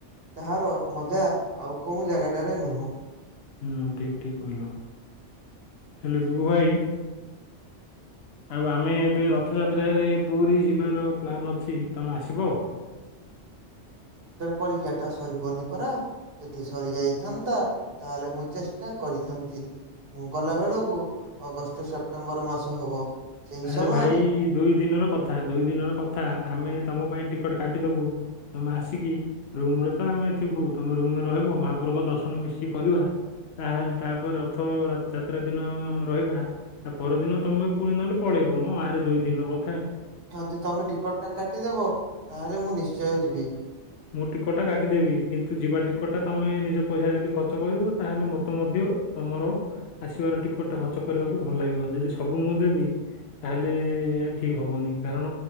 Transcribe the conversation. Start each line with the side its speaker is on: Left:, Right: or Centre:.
Right: ତାହାର ମଜା ଆଉ କୋଉ ଜାଗାଟାରେ ନୁହଁ।
Left: ହୁଁ ଠିକ ଠିକ କହିଲ ହେଲେ ବିଭୁ ଭାଇ ଆଉ ଆମେ ଏବେ ରଥଯାତ୍ରାରେ ପୁରୀ ଯିବାର ପ୍ଲାନ୍ ଅଛି। ତମେ ଆସିବ?
Right: ପରୀକ୍ଷା ଟା ସରିବନି ପରା ଯଦି ସରି ଯାଇଥାନ୍ତା ତାହେଲେ ମୁଁ ଚେଷ୍ କରିଥାନ୍ତି। ମୁଁ ଗଲା ବେଳକୁ ଅଗଷ୍ଟ ସେପ୍ଟେମ୍ବର ମାସ ହବ। ସେଇ
Left: ଆରେ
Right: ସମୟରେ
Left: ଭାଇ ଦୁଇ ଦିନର କଥା ଦୁଇ ଦିନ ର କଥା ଆମେ ତମ ପାଇଁ ଟି ଟିକଟ କାଟିଦବୁ। ତମେ ଆସିକି ରୁମ ରେ ତ ଆମେ ଥିବୁ। ତମେ ରୁମ ରେ ରହିବ, ମହାପ୍ରଭୁଙ୍କ ଦର୍ଶନ ମିଶିକି କରବା। ତାହେଲେ ତାପରେ ରଥ ଯାତ୍ରା ଦିନ ଆମେ ରହିବା। ତା ପରଦିନ ତମେ ପୁଣି ନହଲେ ପଳେଇବ ମ ଆଡେ ଦୁଇ ଦିନ କ
Right: ଯଦି ତମେ ଟିକଟ ଟା କାଟିଦବ ତାହେଲେ ମୁଁ ନିଶ୍ଚୟ ଯିବି।
Left: ମୁଁ ଟିକଟ ଟା କାଟିଦେବି କିନ୍ତୁ ଯିବା ଟିକଟ ଟା ତମେ ନିଜ ପଇସା ଯଦି ଖର୍ଚ୍ଚ କରିବ ତାହେଲେ ମତେ ମଧ୍ୟ ତମର ଆସିବାର ଟିକଟ ଖର୍ଚ୍ଚ କରିବାକୁ ଭଲ ଲାଗିବ। ଯଦି ସବୁ ମୁଁ ଦେବି ତାହେଲେ ଏହା ଠିକ ହବନି। କାରଣ